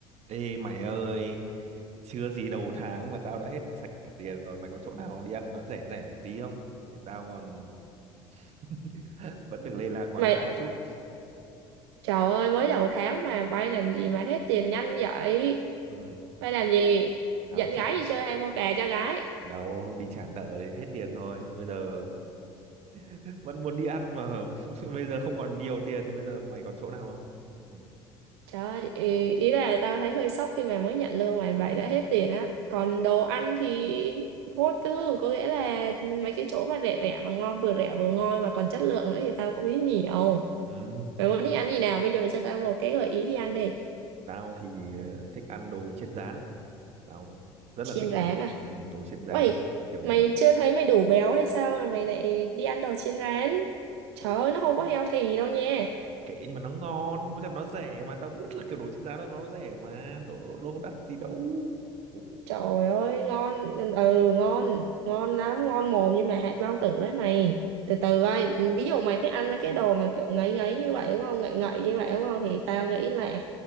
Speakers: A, on the right; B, on the right.
A: Ê mày ơi, chưa gì đầu tháng mà tao đã hết sạch cả tiền rồi. Mày có chỗ nào đi ăn nó rẻ rẻ một tí không? Thì tao còn <laughs> vẫn được lê la quán
B: Mày,
A: xá chút.
B: trời ơi, mới đầu tháng mà bay làm gì mà hết tiền nhanh vậy?
A: Ừ,
B: Bay làm gì?
A: tao
B: Dẫn
A: mà trả
B: gái đi chơi hay mua kè cho gái?
A: đâu đi trả nợ thì hết tiền thôi. Bây giờ <laughs> vẫn muốn đi ăn mà <laughs> bây giờ không còn nhiều tiền thì bây giờ mày còn chỗ nào không? Ừ,
B: Trời ơi, ý, ý là tao thấy hơi sốc khi mà mới nhận lương mà mày đã hết tiền á. Còn đồ ăn thì vô tư, có nghĩa là mấy cái chỗ mà rẻ rẻ mà ngon, vừa rẻ vừa ngon mà còn chất lượng nữa thì tao cũng biết nhiều.
A: ừ,
B: Mày muốn đi ăn gì nào? Bây giờ mày cho tao một cái gợi ý đi ăn đi.
A: tao thì ờ, thích ăn đồ chiên rán. Tao rất
B: Chiên
A: là thích
B: rán
A: đồ
B: à?
A: ừ, đồ chiên rán
B: Uầy,
A: kiểu
B: mày
A: như thế.
B: chưa thấy mày đủ béo hay sao mà mày lại đi ăn đồ chiên rán? Trời ơi, nó không có healthy đâu nha.
A: kệ nhưng mà nó ngon với cả nó rẻ mà tao biết là kiểu đồ trên giá nó nó rẻ mà đồ đồ, đồ đắt gì đâu Ủa,
B: Trời ơi, ngon, ừ, ngon, ngon lắm, ngon mồm nhưng mà hại bao tử đấy mày. Từ từ coi, ví dụ mày thích ăn mấy cái đồ mà kiểu ngấy ngấy như vậy đúng không, ngậy ngậy như vậy đúng không, thì tao nghĩ là